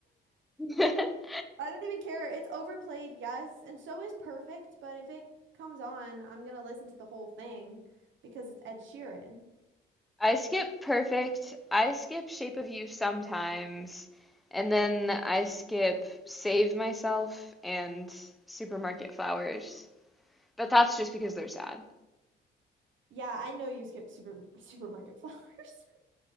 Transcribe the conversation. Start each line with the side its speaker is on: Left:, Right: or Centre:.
Centre: <laughs>
Right: <laughs> I don't even care. It's overplayed, yes, and so is Perfect, but if it comes on, I'm gonna listen to the whole thing because it's Ed Sheeran.
Centre: I skip Perfect. I skip Shape of You sometimes. And then I skip Save Myself and Supermarket Flowers. But that's just because they're sad.
Right: Yeah, I know you skip super supermarket flowers.